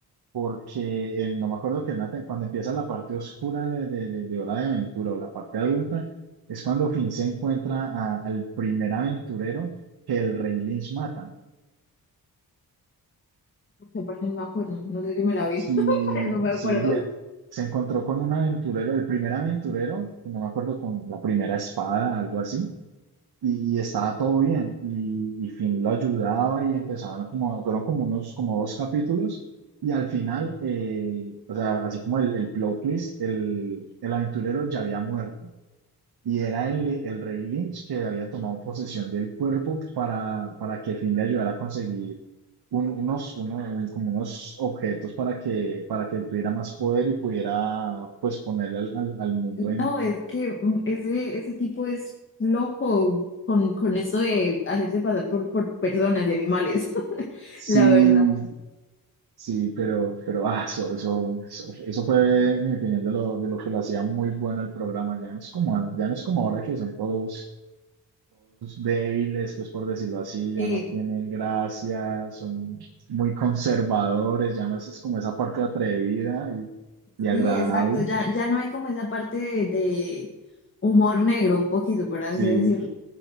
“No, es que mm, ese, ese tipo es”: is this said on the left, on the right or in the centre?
Left